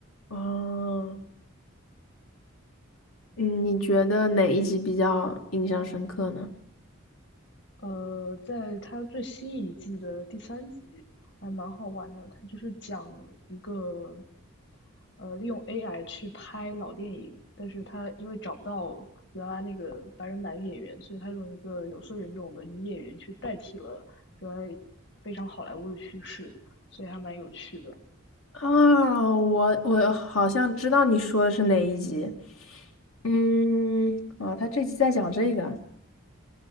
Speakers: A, on the left (about 85°); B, on the left (about 55°).
A: 哦，嗯你觉得哪一集比较印象深刻呢？
B: 呃，在它最新一季的第三集还蛮好玩的，它就是讲一个，呃，利用 AI 去拍老电影，但是他因为找不到原来那个白人男演员，所以他用一个有色人种的女演员去代替了原来非常好莱坞的叙事，所以还蛮有趣的。
A: 啊，我我好像知道你说的是哪一集。嗯，啊，他这集在讲这个。